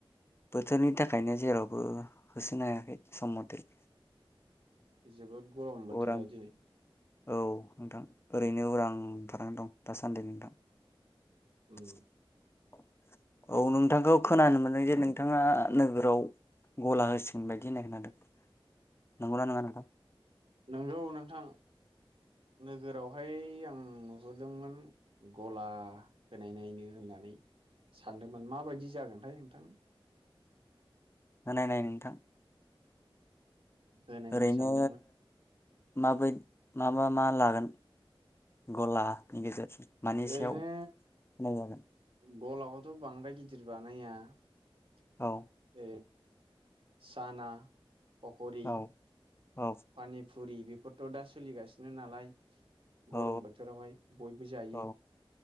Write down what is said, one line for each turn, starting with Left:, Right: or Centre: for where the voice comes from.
Left: बोथोरनि थाखायनो जेरावबो होसोनो हायाखै सम मथे।
Right: जोबोद गरम बोथोरा
Left: उरां
Right: दिनै।
Left: औ नोंथां ओरैनो उरांंनानै दं दासान्दि नोंथां। <inaudible>
Right: उम
Left: औ नोंथांखौ खोनानो मोनदों जे नोंथाङा नोगोराव गला होसिगोन बायदि होननाय खोनादों नंगौना नङा नोंथां।
Right: नोंगौ नोंथां। नोगोरावहाय आं। आं नुहुरदोंमोन गला होनाय नायनो होननानै सानदोंमोन माबायदि जागोनथायाय नोंथां।
Left: होनायनाय नोंथां।
Right: होनायनो
Left: ओरैनो
Right: सानदोंमोन।
Left: माबै माबा मा लागोन गलानि गेजेरजों। मानि सायाव
Right: दिनो।
Left: होनाय जागोन
Right: गलाखौथ' बांद्राय गिदिर बानाया। <inaudible>
Left: औ
Right: साना। पकरि
Left: औ औ
Right: पानि। फुरि बेफोरथ' दा सोलिगासिनो नालाय। गरम
Left: औ
Right: बोथोरावहाय बयबो जायो
Left: औ